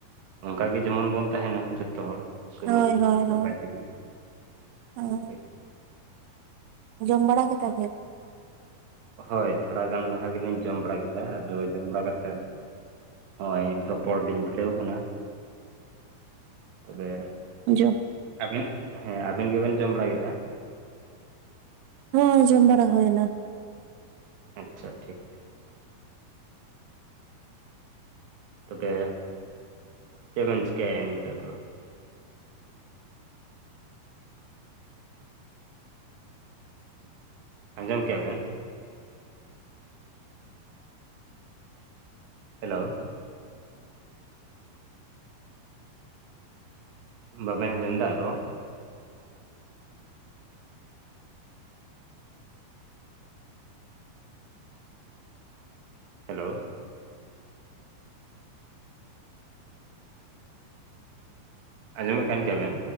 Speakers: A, on the right; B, on the right.
A: ᱚᱱᱠᱟ ᱜᱮ ᱡᱮᱢᱚᱱ ᱵᱚᱱ ᱛᱟᱦᱮᱸᱱᱟ ᱡᱚᱛᱚ ᱦᱚᱲ᱾ ᱥᱩᱞᱩᱠ
B: ᱦᱚᱭ ᱦᱚᱭ
A: ᱱᱟᱯᱟᱭ
B: ᱦᱚᱭ
A: ᱛᱮᱜᱮ
B: ᱦᱚᱭ
A: ᱴᱷᱤᱠ
B: ᱡᱚᱢ ᱵᱟᱲᱟ ᱠᱮᱫᱟᱵᱤᱱ?
A: ᱦᱚᱭ ᱛᱷᱚᱲᱟ ᱜᱟᱱ ᱞᱟᱦᱟ ᱜᱮᱞᱤᱧ ᱡᱚᱢ ᱵᱟᱲᱟ ᱠᱮᱫᱟ᱾ ᱟᱫᱚ ᱡᱚᱢ ᱵᱟᱲᱟ ᱠᱟᱛᱮᱜ ᱦᱚᱸᱭ ᱨᱚᱯᱚᱲ ᱞᱤᱧ ᱵᱷᱤᱲᱟᱹᱣ ᱠᱟᱱᱟ᱾ ᱛᱚᱵᱮ
B: ᱡᱚᱢ
A: ᱟᱵᱤᱱ ᱦᱮᱸ ᱟᱵᱤᱱ ᱜᱮ ᱵᱤᱱ ᱡᱚᱢ ᱵᱟᱲᱟ ᱠᱮᱫᱟ?
B: ᱦᱚᱭ ᱡᱚᱢ ᱵᱟᱲᱟ ᱦᱩᱭᱮᱱᱟ
A: ᱟᱪᱪᱷᱟ ᱴᱷᱤᱠ ᱛᱚᱵᱮ ᱪᱮᱜ ᱵᱤᱱ ᱪᱤᱠᱟ ᱮᱫᱟ ᱱᱤᱛᱚᱜ ᱫᱚ? ᱟᱸᱡᱚᱢ ᱠᱮᱜ-ᱟ ᱵᱤᱱ? ᱦᱮᱞᱳ ᱵᱟᱵᱤᱱ ᱟᱸᱡᱚᱢ ᱫᱟ ᱨᱚᱲ? ᱦᱮᱞᱳ ᱟᱸᱡᱚᱢᱮᱫ ᱠᱟᱱ ᱜᱮᱭᱟᱵᱤᱱ?